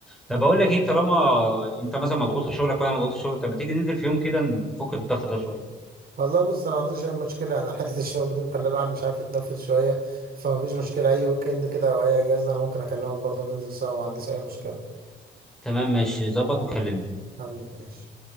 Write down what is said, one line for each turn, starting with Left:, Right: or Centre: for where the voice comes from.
Centre: طب
Right: مم.
Centre: اقول لك ايه طالما انت مثلا مضغوط في شغلك وانا مضغوط في شغلك طب ما تيجي ننزل في يوم كده نفك الضغط ده شويه
Right: والله بص انا ما عنديش اي مشكله انا حته الشغل دي مخليه الواحد مش عارف يتنفس شويه فما فيش مشكله اي ويك اند كده او اي اجازه انا ممكن اكلمك برضه ننزل سوا ما عنديش اي مشكله
Centre: تمام ماشي ظبط وكلمني
Right: حبيبي ماشي